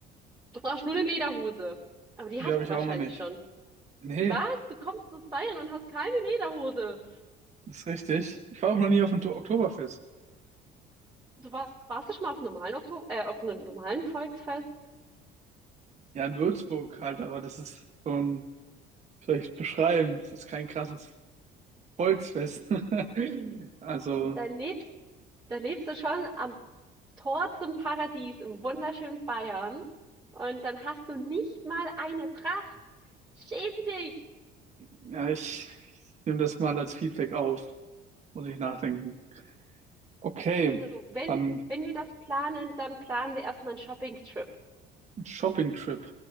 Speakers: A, on the right; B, on the right.
A: Du brauchst nur eine Lederhose. Aber die
B: Die
A: hast
B: habe ich
A: du wahrscheinlich
B: auch noch nicht.
A: schon.
B: Nee,
A: Was? Du kommst aus Bayern und hast keine Lederhose.
B: das ist richtig. Ich war auch noch nie auf dem To- Oktoberfest.
A: Du warst, warst du schon mal auf einem normalen Oktober, äh, auf einem normalen Volksfest?
B: Ja, in Würzburg halt, aber das ist so ein, vielleicht beschreiben. Das ist kein krasses Volksfest. <laughs> Also,
A: Da lebst Da lebst du schon am Tor zum Paradies im wunderschönen Bayern und dann hast du nicht mal eine Tracht. Schäm dich!
B: ja, ich, ich nehme das mal als Feedback auf. Muss ich nachdenken. Okay,
A: Also wenn,
B: dann
A: wenn wir das planen, dann planen wir erstmal einen Shopping-Trip.
B: Shopping-Trip.